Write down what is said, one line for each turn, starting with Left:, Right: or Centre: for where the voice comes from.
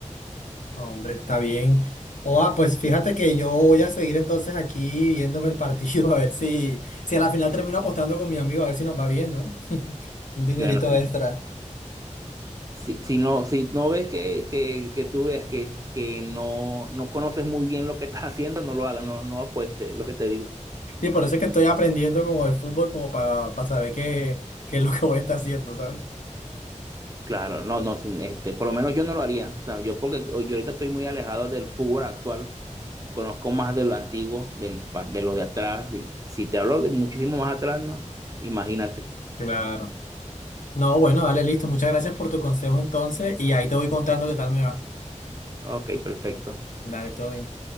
Left: Hombre, está bien. O, ah, pues fíjate que yo voy a seguir entonces aquí viéndome el partido, <laughs> a ver si, si a la final termino apostando con mi amigo, a ver si nos va bien, ¿no? <laughs> Un dinerito
Right: Bueno, sí.
Left: extra.
Right: Si, si no, si no ves que, que, que tú veas que, que no, no conoces muy bien lo que estás <laughs> haciendo, no lo hagas, no, no apuestes, lo que te digo.
Left: Sí, por eso es que estoy aprendiendo como de fútbol, como para saber qué, qué es lo que voy a estar haciendo, ¿sabes?
Right: Claro, no, no, sin- este, por lo menos yo no lo haría. O sea, yo porque yo ahorita estoy muy alejado del fútbol actual, conozco más de lo antiguo, del, pa- de los de atrás. y si te hablo de muchísimo más atrás, no, imagínate.
Left: Claro. No, bueno, dale, listo. Muchas gracias por tu consejo entonces y ahí te voy contando qué tal me va.
Right: Ok, perfecto.
Left: Dale, todo bien.